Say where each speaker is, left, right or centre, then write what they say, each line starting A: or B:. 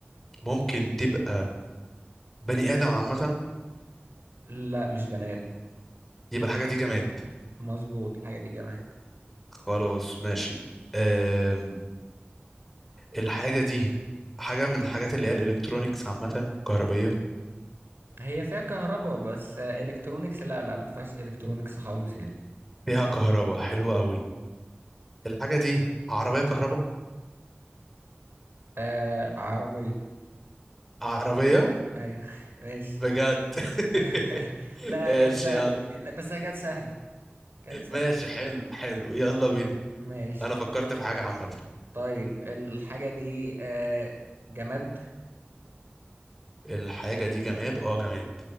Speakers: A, in the centre; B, on the right.
A: ممكن تبقى بني ادم عامه
B: لا مش بني ادم
A: يبقى الحاجه دي جماد
B: مظبوط الحاجه دي جماد
A: خلاص ماشي أم... الحاجة دي حاجة من الحاجات اللي هي الإلكترونيكس عامة كهربية
B: هي فيها كهرباء بس آه، الكترونيكس لا لا ما فيهاش الكترونيكس خالص يعني
A: فيها كهرباء حلوة قوي الحاجة دي عربية كهرباء
B: آه عربيه
A: عربية
B: ايوه <laughs> ماشي
A: بجد <laughs>
B: <laughs> لا
A: ماشي
B: كانت سهله
A: يلا
B: دي. لا بس هي كانت سهله كانت سهله
A: ماشي حلو حلو يلا بينا
B: ماشي
A: أنا فكرت في حاجة عامة
B: طيب الحاجه دي آه جماد
A: الحاجة دي جماد اه جماد